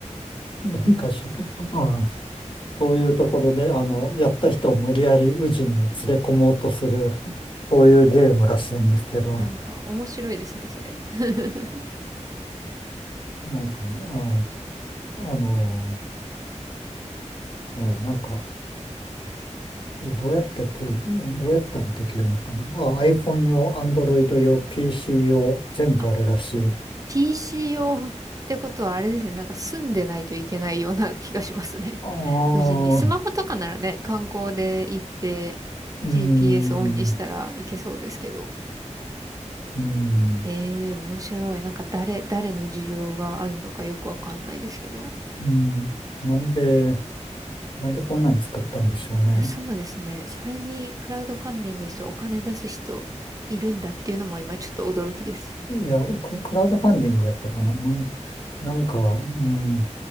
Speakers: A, on the left; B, on the right.
A: なんかし、うん、そういうところで、あの、やった人を無理やり宇治に連れ込もうとする、そういうゲームらしいんですけど、
B: なんか、面白いですね、それ。<laughs>
A: なんか、うん、あの、えなんか、これどうやってプロねどうやったらできるのかなあ、iPhone 用、Android 用、PC 用、全部あるらしい。
B: あ PCO ってことはあれですね。なんか住んでないといけないような気がしますね。
A: ああ、
B: <laughs> 無事に。スマホとかならね、
A: う
B: 観光で行って
A: ーん、
B: GPS オンにしたらいけそうですけど。
A: うん、
B: へえ、面白い。なんか誰、誰の需要があるのかよくわかんないですけど。
A: うん。なんで、なんでこんなん作ったんでしょうね。
B: いや、そうですね。それにクラウドファンディングしてお金出す人いるんだっていうのも今ちょっと驚きです。
A: いや、これクラウドファンディングやったかな。なんで、なんか、うん、